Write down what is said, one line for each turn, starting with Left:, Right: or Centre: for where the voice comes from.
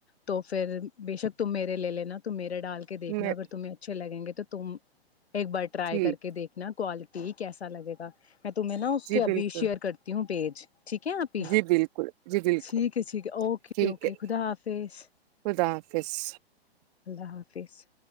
Left: تو پھر بے شک تم میرے لے لینا توم میں ڈال کے دیکنا
Right: میں
Left: اگر تمہیں اچھے لگیں گ تو تم ایک بار ٹرائی
Right: ٹھیک
Left: کر کے دیکھنا کوالٹی ٹھیک ایسا لگے گا میں تمہیں نا اس
Right: جی
Left: کے ابھی
Right: بالکل
Left: شیئر کرتی ہوں پیج <inaudible> ٹھیک ہے آپ ہی
Right: جی بالکل جی بالکل
Left: ٹھیک ہے ٹھیک ہے اوکے
Right: ٹھیک
Left: اوکے
Right: ہے
Left: خدا حافظ
Right: خدا حافظ
Left: تحافظ